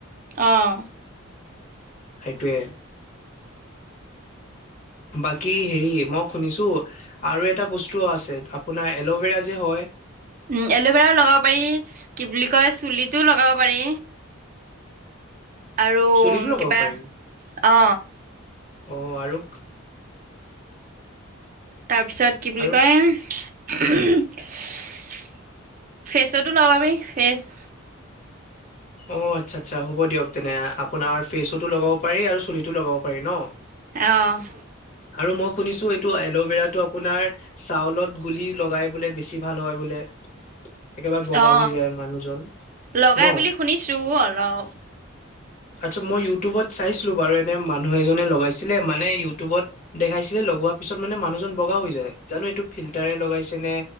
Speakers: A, on the right; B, on the left.
A: অঁ।
B: সেইটোৱে। বাকী হেৰি মই শুনিছো আৰু এটা বস্তু আছে। আপোনাৰ এল'ভেৰা যে হয়।
A: উম। এল'ভেৰাও লগাব পাৰি, কি বুলি কয়, চুলিটোও লগাব পাৰি। আৰু
B: চুলিতো লগাব
A: কিবা
B: পাৰি
A: অ।
B: অ আৰু
A: তাৰপিছত কি বুলি
B: আৰু
A: কয়? ফেছতো লগাবি ফেচ।
B: অ, আচ্ছা আচ্ছা, হ'ব দিয়ক তেনে। আপোনাৰ ফেচতো লগাব পাৰি আৰু চুলিটো লগাব পাৰি ন?
A: অঁ।
B: আৰু মই শুনিছো এইটো এল'ভেৰাটো আপোনাৰ চাউলত গুলি লগাই বোলে বেছি ভাল হয় বোলে। একেবাৰে বগা
A: অ
B: হৈ যায় মানুহজন
A: লগাই
B: ন?
A: বুলি শুনিছো অলপ
B: আচ্ছা, মই ইউটিউবত চাইছিলো বাৰু এনে মানুহ এজনে লগাইছিলে মানে ইউটিউবত দেখাইছিলে। লগোৱা পিছত মানে মানুহজন বগা হৈ যায়। জানো এইটো ফিল্টাৰে লগাইছে নে?